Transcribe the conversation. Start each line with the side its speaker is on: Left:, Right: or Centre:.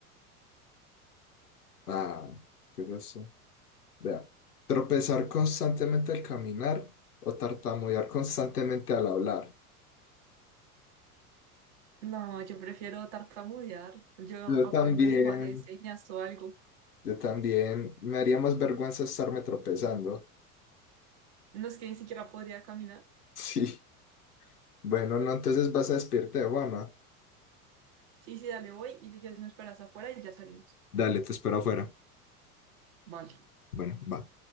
Left: Ah, ¿qué es eso? Vea. Tropezar constantemente al caminar o tartamudear constantemente al hablar.
Right: No, yo prefiero tartamudear. Yo
Left: Yo
Right: aprendo
Left: también,
Right: lenguaje de señas o algo.
Left: yo también. Me haría más vergüenza estarme tropezando. <laughs>
Right: No es que ni siquiera podría caminar.
Left: Sí. Bueno, no, entonces vas a despedirte de Juana.
Right: Sí, sí, dale, voy y si quieres me esperas afuera y ya salimos.
Left: Dale, te espero afuera.
Right: Vale.
Left: Bueno, va.